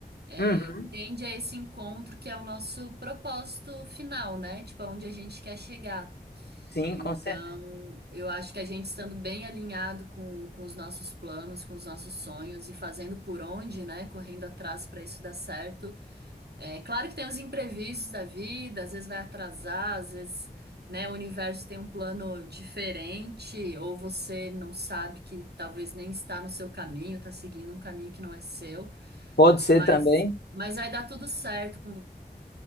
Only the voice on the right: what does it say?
é,
tende a esse encontro que é o nosso propósito final, né? Tipo, aonde a gente quer chegar.
Então,
eu acho que a gente estando bem alinhado com, com os nossos planos, com os nossos sonhos e fazendo por onde, né? Correndo atrás para isso dar certo. É claro que tem os imprevistos da vida, às vezes vai atrasar, às vezes, né, o universo tem um plano diferente, ou você não sabe que talvez nem está no seu caminho, está seguindo um caminho que não é seu,
mas,
mas vai dar tudo certo com